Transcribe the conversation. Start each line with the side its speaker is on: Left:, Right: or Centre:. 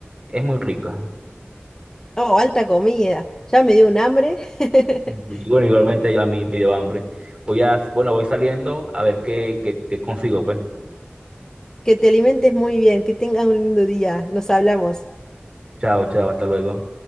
Right: Es muy rica.
Left: Oh, alta comida. Ya me dio un hambre. <laughs>
Right: Y bueno, igualmente ya a mí me dio hambre. Voy a, bueno, voy saliendo a ver qué, qué, qué consigo, pues.
Left: Que te alimentes muy bien, que tengas un lindo día. Nos hablamos.
Right: Chao, chao, hasta luego.